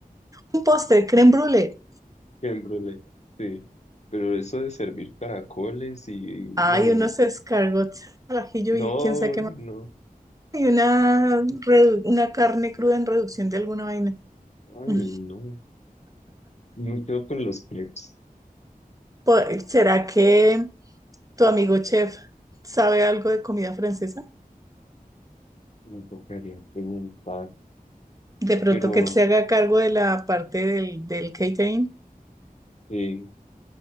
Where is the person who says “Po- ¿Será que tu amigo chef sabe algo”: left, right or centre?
Right